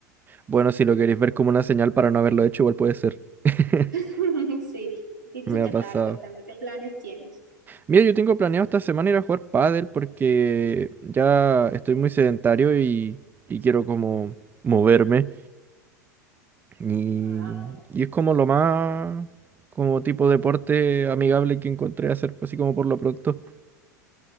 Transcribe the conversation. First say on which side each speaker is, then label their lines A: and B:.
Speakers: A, on the right; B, on the right.
A: Bueno,
B: Sí.
A: si lo queréis ver como una señal para no haberlo hecho, igual puede ser. <laughs>
B: <laughs> Sí. ¿Y
A: Me
B: tú qué
A: ha pasado.
B: tal? Cuéntame, ¿qué planes tienes?
A: Mira, yo tengo planeado esta semana ir a jugar pádel porque ya estoy muy sedentario y, y quiero como moverme. Y,
B: Ah, vale.
A: y es como lo más como tipo deporte amigable que encontré hacer, así como por lo pronto.